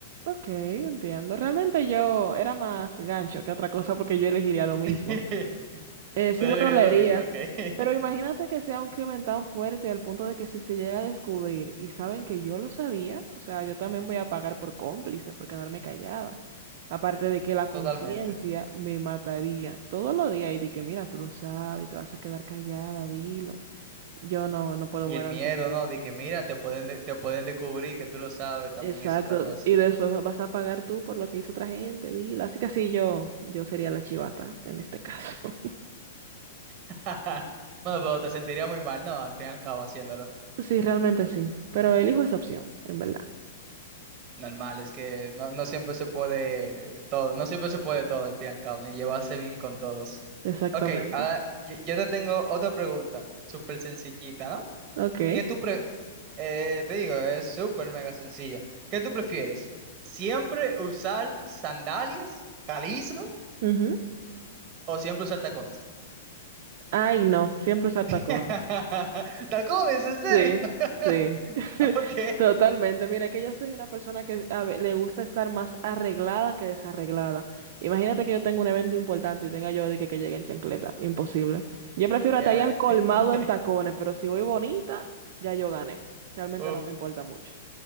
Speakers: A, on the right; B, on the right.
A: Ok, entiendo. Realmente yo era más gancho que otra cosa porque yo elegiría lo mismo.
B: <laughs>
A: Eh, sí
B: Te
A: me
B: dije
A: dolería,
B: lo mismo, ok. <laughs>
A: pero imagínate que sea un crimen tan fuerte al punto de que si se llega a descubrir y saben que yo lo sabía, o sea, yo también voy a pagar por cómplice, por quedarme callada. Aparte de que la conciencia
B: Totalmente.
A: me mataría todos los días y de que, mira, tú lo sabes, te vas a quedar callada, dilo. Yo no, no puedo
B: Y
A: guardar
B: el miedo,
A: secreto.
B: ¿no? De que mira, te pueden, de- te pueden descubrir que tú lo sabes, también
A: Exacto.
B: es otra cosa.
A: Y después vas a pagar tú por lo que hizo otra gente, dilo. Así que sí, yo, yo sería la chivata en este caso. <laughs>
B: <laughs> Bueno, pero te sentiría muy mal, ¿no? Al fin y al cabo haciéndolo.
A: Sí, realmente sí. Pero elijo esa opción, en verdad.
B: Normal, es que no, no siempre se puede todo, no siempre se puede todo al fin y al cabo, ni llevarse bien con todos.
A: Exactamente.
B: Ok, ahora yo, yo te tengo otra pregunta, súper sencillita, ¿no?
A: Ok.
B: ¿Qué tú pre- eh, te digo, es súper mega sencillo. ¿Qué tú prefieres? ¿Siempre usar sandalias, calizo,
A: ujú.
B: o siempre usar tacones?
A: Ay, no, siempre usar tacones.
B: <laughs> ¡Tacones, en serio!
A: Sí,
B: <laughs>
A: sí. <laughs>
B: Ok.
A: Totalmente. Mira, que yo soy una persona que a ve- le gusta estar más arreglada que desarreglada. Imagínate que yo tengo un evento importante y tenga yo de que, que llegue en chancleta. Imposible. Yo prefiero
B: Ya.
A: atallar al colmado
B: <laughs>
A: en tacones, pero si voy bonita, ya yo gané. Realmente
B: Uf.
A: no me importa mucho.